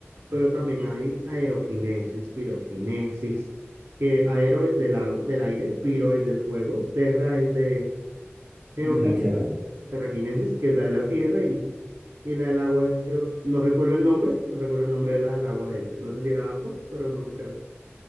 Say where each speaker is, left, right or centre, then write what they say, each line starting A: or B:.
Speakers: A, on the right (about 70°); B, on the right (about 20°).
A: pero también hay aeroquinesis, piroquinesis, que aero es del, au- del aire, piro es del fuego, terra es de geoquinesis
B: De la Tierra.
A: o terraquinesis, que es la de la tierra, y, y la del agua es, creo, no recuerdo el nombre, no recuerdo el nombre de la del agua, de hecho. No sé si era agua, pero no creo.